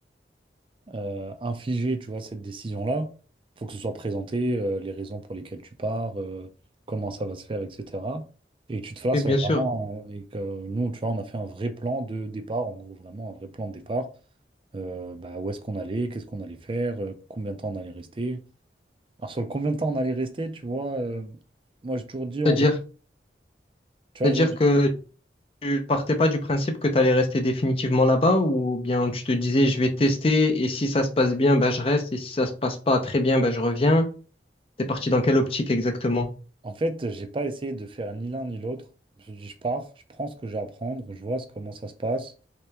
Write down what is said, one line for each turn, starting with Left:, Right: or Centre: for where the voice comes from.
Right: euh, infliger, tu vois, cette décision-là, Il faut que ce soit présenté, euh, les raisons pour lesquelles tu pars, euh, comment ça va se faire, etc. Et que tu te fasses
Left: Oui, bien
Right: vraiment,
Left: sûr.
Right: et que nous, tu vois, on a fait un vrai plan de départ, en gros, vraiment un vrai plan de départ. Euh, bah, où est-ce qu'on allait, qu'est-ce qu'on allait faire, euh, combien de temps on allait rester. Alors, sur le combien de temps on allait rester, tu vois, euh, moi, j'ai toujours dit, on
Left: C'est-à-dire,
Right: verra. Tu
Left: c'est-à-dire
Right: vois, j'ai-
Left: que tu partais pas du principe que tu allais rester définitivement là-bas ou bien tu te disais je vais tester et si ça se passe bien, ben je reste et si ça se passe pas très bien, ben je reviens. T'es parti dans quelle optique exactement?
Right: en fait, j'ai pas essayé de faire ni l'un ni l'autre. Je me suis dit, je pars, je prends ce que j'ai à prendre, je vois ce- comment ça se passe.